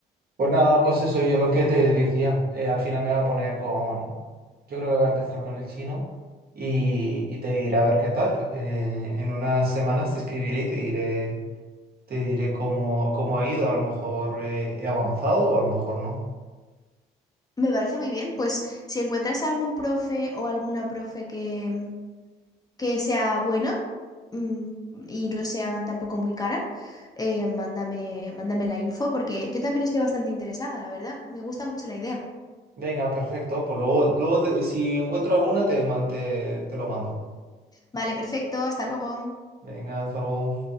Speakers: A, on the right; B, on the left.
A: Pues nada, pues eso, yo lo que te decía, eh, al final me voy a poner con, yo creo que voy a empezar con el chino y, y te diré a ver qué tal. Eh, en unas semanas te escribiré y te diré, te diré cómo, cómo ha ido, a lo mejor eh, he avanzado o a lo mejor no.
B: Me parece muy bien, pues si encuentras algún profe o alguna profe que, que sea buena mm, y no sea tampoco muy cara, eh, mándame, mándame la info porque yo también estoy bastante interesada, la verdad. Me gusta mucho la idea.
A: Venga, perfecto, pues luego, luego te- si encuentro alguna te, man- te, te lo mando.
B: Vale, perfecto, hasta luego.
A: Venga, hasta luego.